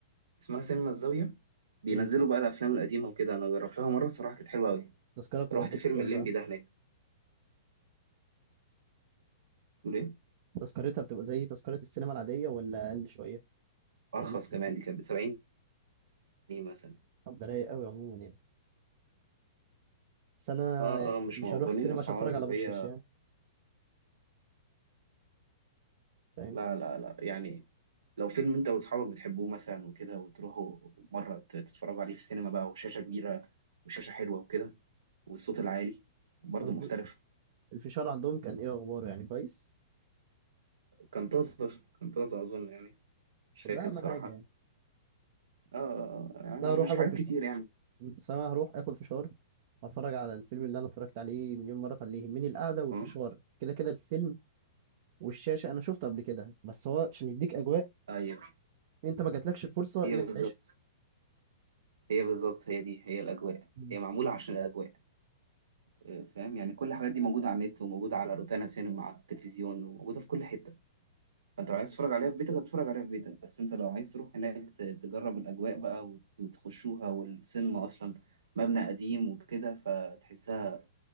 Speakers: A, on the right (about 90°); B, on the right (about 40°).
A: اسمها سينما الزاويه بينزلوا
B: مم.
A: بقى الافلام القديمه وكده انا جربتها مره الصراحه كانت حلوه قوي
B: التذكره بتبقى
A: رحت
B: في حدود
A: فيلم
B: كام
A: الليمبي
B: بقى
A: ده هناك تقول ايه
B: تذكرتها بتبقى زي تذكره السينما العاديه ولا اقل شويه
A: ارخص
B: ولا اكتر
A: كمان دي كانت ب 70 جنيه مثلا
B: طب ده رايق قوي عموما يعني بس انا
A: اه
B: يعني
A: اه مش
B: مش
A: موفرين
B: هروح السينما
A: اسعار
B: عشان اتفرج على
A: وهي
B: بوشكاش يعني فاهم
A: لا لا لا يعني لو فيلم انت واصحابك بتحبوه مثلا وكده وتروحوا مرة ت- تتفرجوا عليه في السينما بقى وشاشة كبيرة وشاشة حلوة وكده والصوت العالي برضه
B: طب الف-
A: مختلف
B: الفشار عندهم كان ايه اخباره يعني كويس
A: كان طازر كان طازة اظن يعني مش فاكر
B: طب ده اهم
A: الصراحة
B: حاجه يعني
A: اه آه، آه، يعني
B: لا
A: مش
B: اروح اكل
A: حاجات
B: فشار
A: كتير يعني
B: فانا هروح اكل فشار واتفرج على الفيلم اللي انا اتفرجت عليه مليون مره فاللي يهمني القعده والفشار
A: اه
B: كده كده الفيلم والشاشه انا شفته قبل كده بس هو عشان يديك اجواء
A: ايوه
B: انت ما جاتلكش الفرصه
A: هي
B: انك تعيشها
A: بالظبط هي بالظبط هي دي هي الاجواء
B: مم.
A: هي معمولة عشان الاجواء آه، فاهم يعني كل الحاجات دي موجودة على النت وموجودة على روتانا سينما على التلفزيون وموجودة في كل حتة فانت لو عايز تتفرج عليها في بيتك هتتفرج عليها في بيتك بس انت لو عايز تروح هناك ت- تجرب الاجواء بقى وت- وتخشوها والسينما اصلا مبنى قديم وكده فتحسها